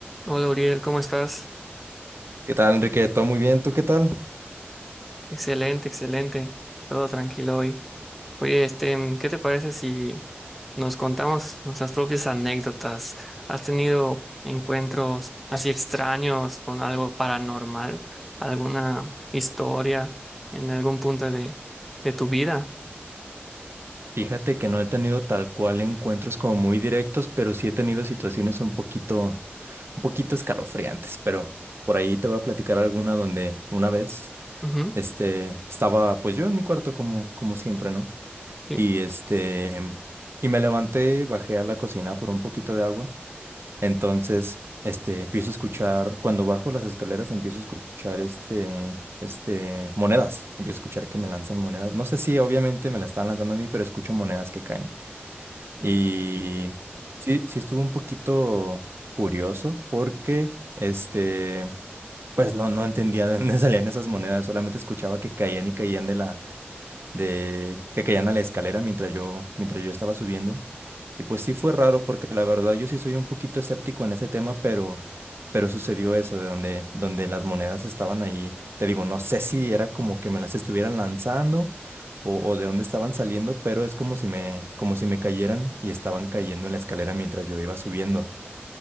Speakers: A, in the centre; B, on the right (about 70°).
A: Hola Uriel, ¿cómo estás?
B: ¿Qué tal, Enrique? ¿Todo muy bien? ¿Tú qué tal?
A: Excelente, excelente. Todo tranquilo hoy. Oye, este, mm, ¿qué te parece si nos contamos nuestras propias anécdotas? ¿Has tenido encuentros así extraños con algo paranormal? ¿Alguna historia en algún punto de, de tu vida?
B: Fíjate que no he tenido tal cual encuentros como muy directos, pero sí he tenido situaciones un poquito, un poquito escalofriantes, pero por ahí te voy a platicar alguna donde una vez,
A: Ujú.
B: este, estaba pues yo en mi cuarto como, como siempre, ¿no?
A: Sí.
B: Y este, y me levanté, bajé a la cocina por un poquito de agua Entonces, este, empiezo a escuchar, cuando bajo las escaleras, empiezo a escuchar este, este, monedas. Empiezo a escuchar que me lanzan monedas. No sé si obviamente me las estaban lanzando a mí, pero escucho monedas que caen. Y sí, sí estuvo un poquito curioso porque, este, pues no, no entendía de dónde <laughs> salían esas monedas, solamente escuchaba que caían y caían de la, de que caían a la escalera mientras yo, mientras yo estaba subiendo. Y pues sí fue raro porque la verdad yo sí soy un poquito escéptico en ese tema, pero, pero sucedió eso de donde, donde las monedas estaban ahí. Te digo, no sé si era como que me las estuvieran lanzando o, o de dónde estaban saliendo, pero es como si me, como si me cayeran y estaban cayendo en la escalera mientras yo iba subiendo.